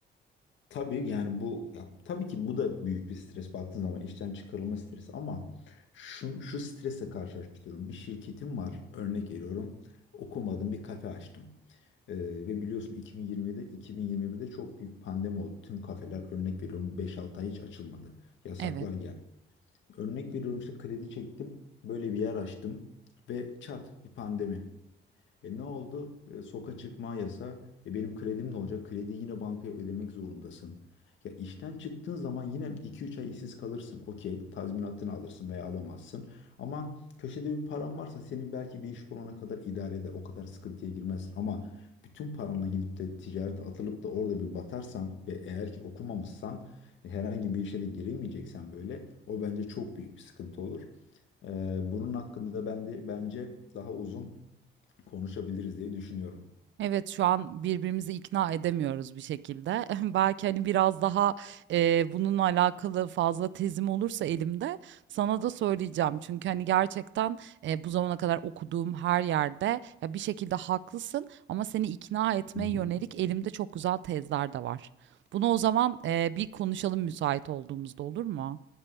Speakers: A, on the left; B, on the right.
A: Tabii yani bu ya, tabii ki bu da büyük bir stres baktığın zaman işten çıkarılma stresi ama şu, şu strese karşılaştırıyorum. Bir şirketim var örnek veriyorum okumadım bir kafe açtım. Ee, ve biliyorsun 2020'de 2021'de çok büyük pandemi oldu. Tüm kafeler örnek veriyorum beş altı ay hiç açılmadı. Yasaklar
B: Evet.
A: geldi. Örnek veriyorum işte kredi çektim böyle bir yer açtım ve çat bir pandemi. E ne oldu? E, soka çıkma yasa. E benim kredim ne olacak? Krediyi yine bankaya ödemek zorundasın. Ya işten çıktığın zaman yine iki üç ay işsiz kalırsın. Okey, tazminatını alırsın veya alamazsın. Ama köşede bir paran varsa seni belki bir iş bulana kadar idare eder. O kadar sıkıntıya girmezsin. Ama bütün paranla gidip de ticarete atılıp da orada bir batarsan ve eğer ki okumamışsan e, herhangi bir işe de giremeyeceksen böyle o bence çok büyük bir sıkıntı olur. Ee, bunun hakkında ben de bence daha uzun konuşabiliriz diye düşünüyorum.
B: Evet şu an birbirimizi ikna edemiyoruz bir şekilde. <laughs> Belki hani biraz daha e, bununla alakalı fazla tezim olursa elimde sana da söyleyeceğim. Çünkü hani gerçekten e, bu zamana kadar okuduğum her yerde ya bir şekilde haklısın ama seni ikna etmeye
A: Hı hı.
B: yönelik elimde çok güzel tezler de var. Bunu o zaman e, bir konuşalım müsait olduğumuzda olur mu?